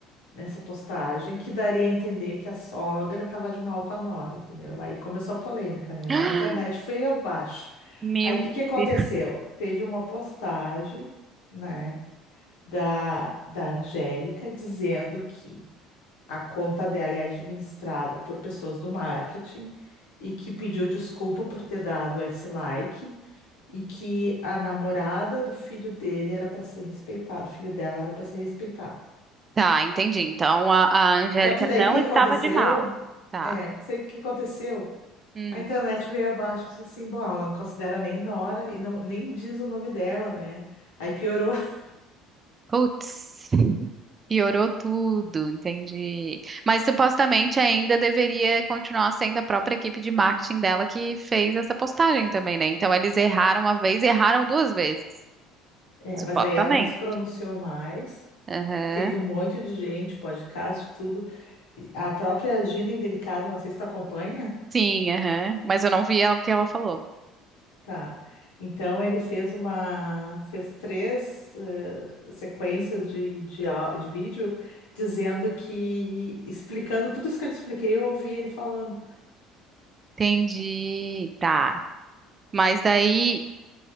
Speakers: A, on the left; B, on the right.
A: nessa postagem, que daria a entender que a sogra estava de mal com a nora, entendeu? Aí começou a polêmica, né?
B: <gasps>
A: A internet foi abaixo.
B: Meu
A: Aí o que que aconteceu?
B: Deus.
A: Teve uma postagem, né, da, da Angélica dizendo que a conta dela é administrada por pessoas do marketing e que pediu desculpa por ter dado esse like e que a namorada do filho dele era para ser respeitada, o filho dela era para ser respeitado.
B: Tá, entendi. Então a, a Angélica
A: Só que daí
B: não
A: o que
B: estava
A: que aconteceu?
B: de mal. Tá.
A: É, sei o que aconteceu.
B: Hum.
A: A internet veio abaixo e disse assim, bom, ela não considera nem Nora e não, nem diz o nome dela, né? Aí piorou. <laughs>
B: Putz, piorou tudo, entendi. Mas supostamente ainda deveria continuar sendo a própria equipe de marketing dela que fez essa postagem também, né? Então eles erraram uma vez e erraram duas vezes,
A: É,
B: supostamente.
A: mas aí ela não se pronunciou mais.
B: Aham.
A: Teve um monte de gente, podcast, tudo. E A própria Gina Indelicada, não sei se tu acompanha.
B: Sim, aham. Mas eu não vi ela, o que ela falou.
A: Tá. Então ele fez uma, fez três eh, sequências de, de, au- de vídeo dizendo que, explicando tudo isso que eu te expliquei, eu ouvi ele falando.
B: Entendi. Tá. Mas daí,